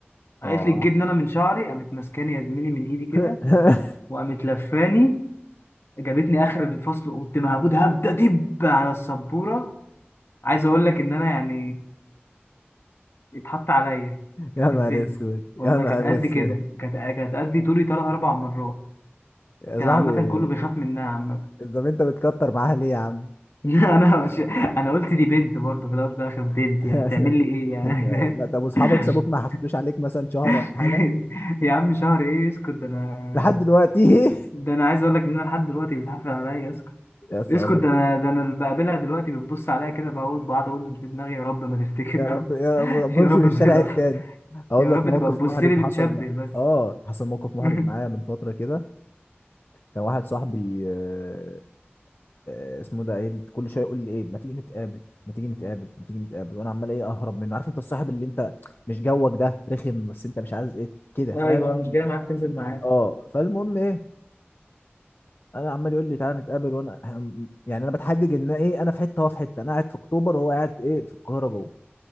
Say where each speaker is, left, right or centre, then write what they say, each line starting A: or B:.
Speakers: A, on the left; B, on the left.
A: قالت
B: اه
A: لي تجيبني انا من شعري قامت ماسكاني يا زميلي من ايدي كده
B: <laughs>
A: وقامت لفاني جابتني اخر الفصل قمت مهبود هبده دب على السبوره عايز اقول لك ان انا يعني اتحط عليا
B: يا
A: وكاتبني
B: نهار اسود
A: والله
B: يا نهار
A: كانت قد
B: اسود
A: كده كانت كانت قد طولي ثلاث اربع مرات
B: يا
A: كان
B: صاحبي
A: عامه كله بيخاف منها عامه
B: طب انت بتكتر معاها ليه يا عم
A: <laughs> انا مش... انا قلت دي بنت برضه في الاول وفي الاخر بنت يعني
B: <laughs>
A: هتعمل لي ايه يعني
B: انت لا طب واصحابك
A: <laughs>
B: سابوك ما حفلوش عليك مثلا شهر ولا
A: <laughs>
B: حاجه
A: يا عم شهر ايه اسكت ده انا
B: لحد دلوقتي
A: ده انا عايز اقول لك ان انا لحد دلوقتي بتحفل عليا اسكت
B: <laughs> يا اسطى
A: اسكت
B: اقول
A: ده
B: لك
A: انا ده انا اللي بقابلها دلوقتي بتبص عليا كده بقعد بقعد اقول في دماغي يا رب ما تفتكر
B: يا
A: يا
B: رب
A: رب
B: يا
A: <laughs>
B: رب بمشي
A: يا رب
B: من
A: ما
B: الشارع
A: تبقى
B: التاني
A: ف...
B: اقول
A: يا
B: لك
A: رب
B: موقف
A: تبقى بتبص
B: محرج
A: لي بتشبه
B: حصل م-
A: بس
B: اه حصل موقف محرج
A: <laughs>
B: معايا من فتره كده كان واحد صاحبي آه، آه، اسمه ده قايل كل شويه يقول لي ايه ما تيجي نتقابل ما تيجي نتقابل ما تيجي نتقابل وانا عمال ايه اهرب منه عارف انت الصاحب اللي انت مش جوك ده رخم بس انت مش عايز ايه كده
A: ايوه
B: فاهم
A: مش جاي معاك تنزل معاه
B: اه فالمهم ايه انا عمال يقول لي تعالى نتقابل وانا إحنا- يعني انا بتحجج ان ايه انا في حته وهو في حته انا قاعد في اكتوبر وهو قاعد ايه في القاهره جوه